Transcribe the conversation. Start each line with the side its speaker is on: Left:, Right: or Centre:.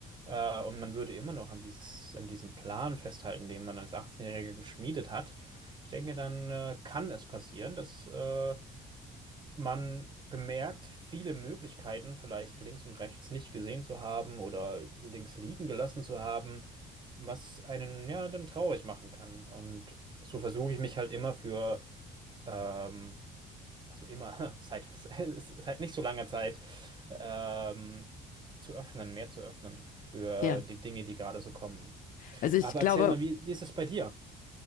Right: Äh, und man würde immer noch an dieses, an diesem Plan festhalten, den man als 18-Jähriger geschmiedet hat. Ich denke, dann äh, kann es passieren, dass äh, man bemerkt viele Möglichkeiten, vielleicht links und rechts nicht gesehen zu haben oder links liegen gelassen zu haben, was einen ja dann traurig machen kann. Und so versuche ich mich halt immer für, ähm, also immer, <laughs> seit, seit nicht so langer Zeit, ähm, zu öffnen, mehr zu öffnen für
Left: Ja.
Right: die Dinge, die gerade so kommen.
Left: Also ich
Right: Aber
Left: glaube,
Right: erzähl mal, wie, wie ist es bei dir?